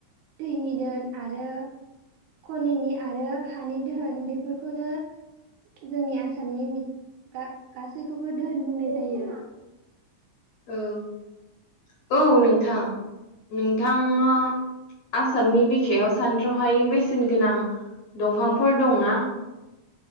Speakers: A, on the right; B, on the left.
A: दैनि दोन आरो खनिनि आरो हानि धोहोन बेफोरखौनो जोंनि आसामनि मि गा गासैखौबो दोहोन बुंनाय जायो।
B: औ औ नोंथां नोंथाङा आसामनि बिखायाव सानथ्र'हायै बेसेन गोनां दंफांफोर दंना?